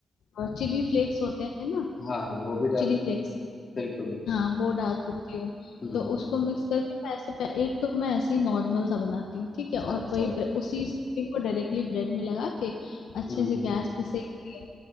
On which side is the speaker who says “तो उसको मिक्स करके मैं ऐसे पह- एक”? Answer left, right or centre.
Left